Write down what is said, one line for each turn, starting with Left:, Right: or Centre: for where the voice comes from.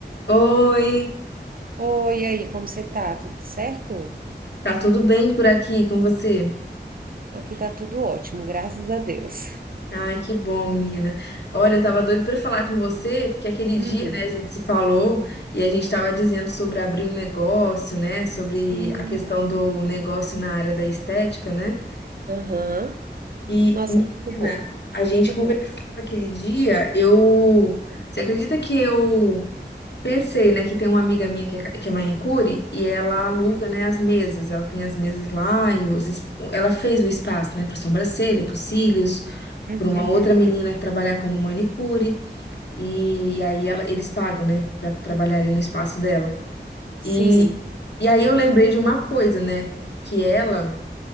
Left: Oi,
Right: Oi, e aí, como você tá? Tudo certo?
Left: tá tudo bem por aqui com você?
Right: Aqui tá tudo ótimo, graças a Deus.
Left: Ai, que bom, menina. Olha, eu tava doido pra falar com você, porque aquele dia,
Right: Hum,
Left: né, a gente se falou e a gente tava dizendo sobre abrir um negócio, né, sobre
Right: sim.
Left: a questão do negócio na área da estética, né?
Right: Aham.
Left: E,
Right: Nossa,
Left: menina,
Right: muito bom.
Left: a gente
Right: Muito
Left: conversou
Right: bom.
Left: aquele dia, eu... Você acredita que eu Pensei, né, que tem uma amiga minha que é, que é manicure e ela aluga, né, as mesas. Ela tem as mesas lá e os, es- ela fez o espaço, né, para sobrancelha, para cílios,
Right: Uhum.
Left: para uma outra menina que trabalhar como manicure e aí ela, eles pagam, né, para trabalhar ali no espaço dela.
Right: Sim.
Left: E, e aí eu lembrei de uma coisa, né, que ela